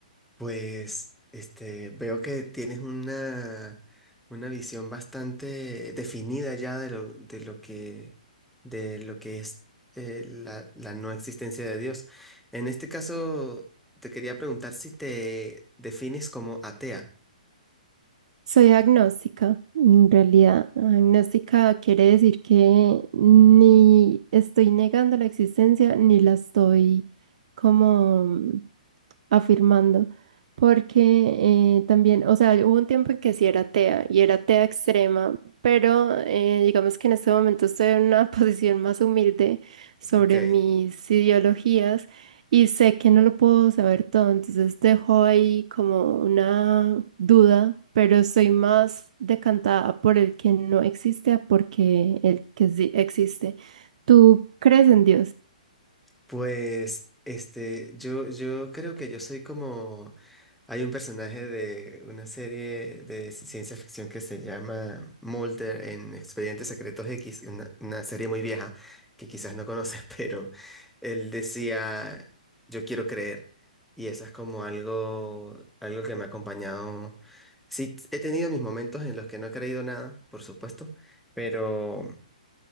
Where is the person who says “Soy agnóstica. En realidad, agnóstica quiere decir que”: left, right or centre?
Right